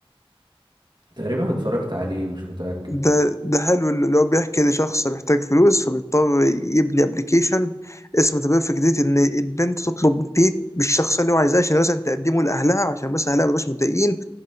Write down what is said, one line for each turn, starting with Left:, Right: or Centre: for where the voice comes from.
Right: تقريبا اتفرجت عليه مش متأكد
Left: ده ده حلو اللي هو بيحكي ان شخص محتاج فلوس فبيضطر يبني ابلكيشن اسمه ذا بيرفكت ديت ان البنت تطلب ديت بالشخص اللي هو عايزاه عشان مثلا تقدمه لاهلها عشان بس اهلها ما يبقاش متضايقين